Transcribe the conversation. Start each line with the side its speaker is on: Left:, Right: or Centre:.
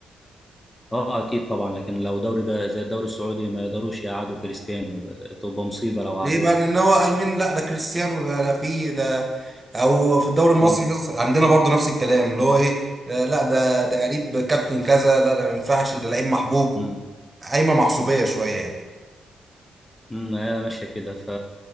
Left: اه اكيد طبعا لكن لو دوري ده زي الدوري السعودي ما يقدروش يقعدوا كريستيانو تبقى مصيبة لو
Right: ليه
Left: قعدوه.
Right: بقى لان هو ايمن لا ده كريستيانو ده ده في ده او في الدوري المصري
Left: اه
Right: مثلا عندنا برضو نفس الكلام اللي هو ايه آه، لا ده ده قريب كابتن كذا لا ده ما ينفعش ده لعيب محبوب
Left: امم
Right: قايمه محسوبيه شويه يعني
Left: امم، هي ماشيه كده ف